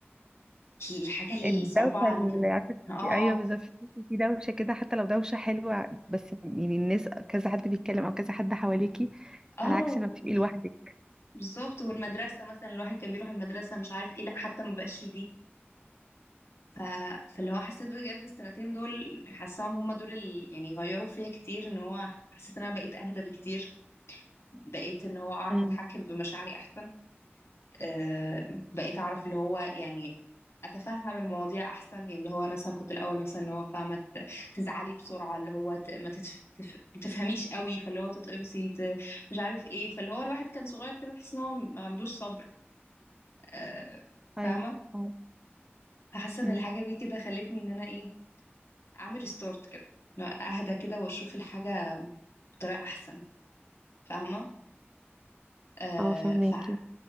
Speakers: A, on the left; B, on the right.
A: الحاجة
B: الدوشة
A: الصربعة اللي
B: اللي
A: كان
B: عارفة تحسي-
A: اه
B: أيوة
A: اه
B: بالظبط تحسي في دوشة كده حتى لو دوشة حلوة بس يعني الناس كذا حد بيتكلم أو كذا حد حواليكي
A: اه
B: على
A: و-
B: عكس ما بتبقي لوحدك
A: بالظبط والمدرسة مثلا الواحد كان بيروح المدرسة مش عارف ايه لا حتى ما بقاش دي ف... فاللي هو حسيت بجد السنتين دول حاساهم هما دول اللي يعني غيروا فيا كتير ان هو حسيت ان انا بقيت اهدى بكتير بقيت ان هو اعرف
B: امم
A: اتحكم بمشاعري احسن آه، بقيت اعرف اللي هو يعني اتفهم المواضيع احسن يعني اللي هو انا مثلا كنت الاول مثلا اللي هو فاهمه ت- تزعلي بسرعه اللي هو ت- ما تتف... تف... ما تفهميش قوي فاللي هو تتقمصي ت... مش عارف ايه فاللي هو الواحد كان صغير كده تحس ان هو ما عندوش صبر آه،
B: ايوه
A: فاهمه
B: اه
A: فحاسه
B: أمم.
A: ان الحاجه دي كده خلتني ان انا ايه اعمل ريستارت كده اهدى كده واشوف الحاجه بطريقه احسن فاهمه آه
B: آه، فهماكي
A: ف...